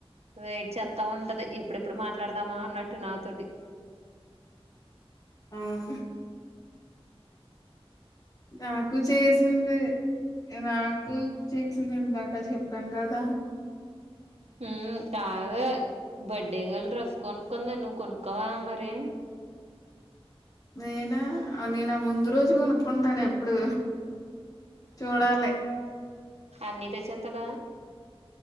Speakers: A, on the right; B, on the left.
A: వెయిట్ చెత్త ఉంటది. ఇప్పుడుప్పుడు మాట్లాడతామా అన్నట్టు నాతోటి.
B: అవును నాకు చేసింది. నాకు చేసింది. ఇందాక చెప్పాను కదా.
A: హమ్మ్ తాగు బర్డే గల్ డ్రెస్ కొనుక్కంది నువు కొనుక్కోవా మరి
B: నేనా ఆ నేను ఆ ముందు రోజు కొనుక్కుంటాను ఎప్పుడు చూడాలే
A: అన్ని తెచ్చేత్తడ